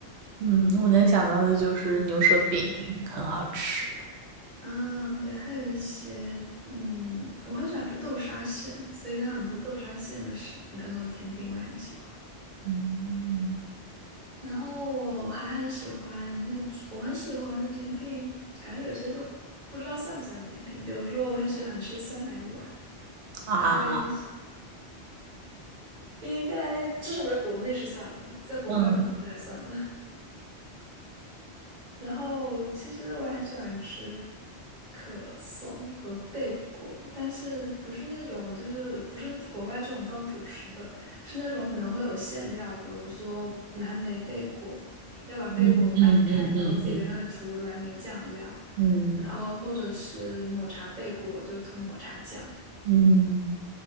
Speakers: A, on the right (about 75°); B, on the right (about 40°).
A: 嗯，我能想到的就是牛舌饼很好吃。
B: 啊，对，还有一些，嗯，我很喜欢吃豆沙馅，所以它很多豆沙馅的是那个甜品我也很喜欢。
A: 嗯，
B: 然后我还很喜欢那种，我很喜欢的甜品，感觉有些都不知道算不算甜品，比如说我很喜欢吃酸奶碗。
A: 啊，
B: 然后也很喜，应该至少在国内是算的，在国外可能不太算了。
A: 嗯
B: <laughs> 然后其实我很喜欢吃可颂和贝果，但是不是那种就是不是国外这种当主食的，是那种可能会有馅料，比如说蓝莓贝果，要把贝果掰开，
A: 嗯嗯嗯嗯嗯
B: 然后自己在上面涂蓝莓酱料，
A: 嗯，
B: 然后或者是抹茶贝果就涂抹茶酱。
A: 嗯